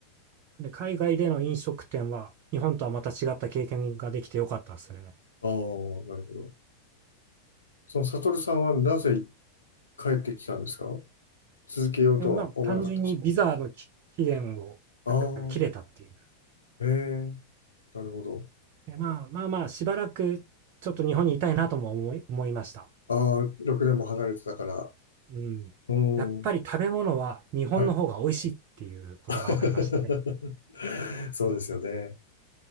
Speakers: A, on the right; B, on the left.
A: で、海外での飲食店は、日本とはまた違った経験ができてよかったですね。
B: ああ、なるほど。その、サトルさんはなぜ帰ってきたんですか続けようとは思わなかったんです
A: で、まあ、単純にビザのき期限を
B: かああ、
A: 切れたっていう。
B: ええ、なるほど。
A: いや、まあまあまあ、しばらくちょっと日本にいたいなとも思い、思いました。
B: ああ、6年も離れてたから。
A: うん。
B: う
A: やっぱり食べ物は日本の方が美味しいっていうことが分かりましたね。
B: ん、はい。<laughs> そうですよね。